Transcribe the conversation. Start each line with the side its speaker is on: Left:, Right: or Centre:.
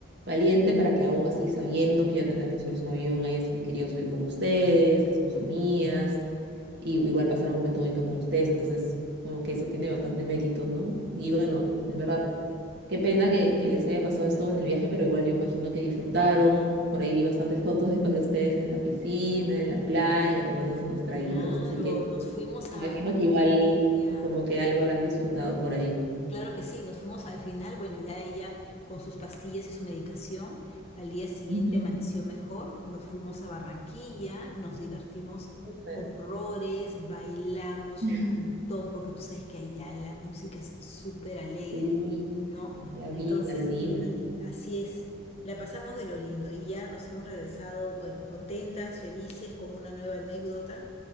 Right: valiente para que aún así, sabiendo que iba a tener que subirse a un avión, haya sub- querido subir con ustedes, que son sus amigas, y igual pasar un momento bonito con ustedes, entonces como que eso tiene bastante mérito, ¿no? Y
Left: Sí,
Right: bueno, en verdad, Qué pena que, que les haya pasado esto en el viaje, pero igual yo imagino que disfrutaron. Por ahí vi bastantes fotos después de ustedes en la piscina, en la playa, tomándose unos traguitos,
Left: claro,
Right: así que
Left: nos fuimos
Right: imagino
Left: a Barranquilla.
Right: que igual como que algo habrán disfrutado por ahí.
Left: Claro que sí, nos fuimos al final, bueno, ya ella con sus pastillas y su medicación, al día siguiente
Right: Ujú,
Left: amaneció mejor, nos fuimos a Barranquilla, nos divertimos
Right: súper.
Left: horrores, bailamos
Right: <laughs>
Left: un montón, porque tú sabes que allá la música es súper alegre,
Right: Sí,
Left: ¿no?
Right: la
Left: Entonces
Right: vida, la vibra.
Left: sí, así es, la pasamos de lo lindo y ya nos hemos regresado, bueno, contentas, felices, con una nueva anécdota,